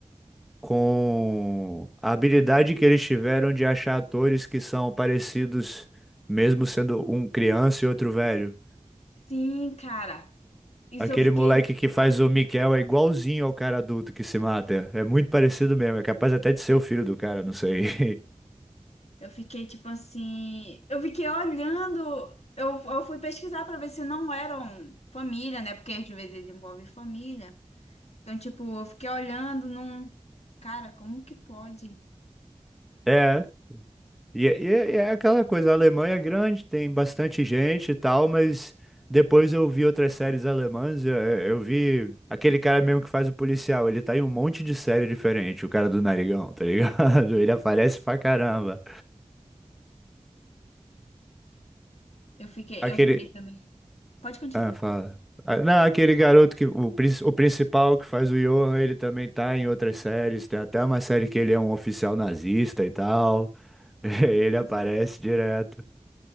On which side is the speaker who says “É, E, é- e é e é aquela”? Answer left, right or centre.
Centre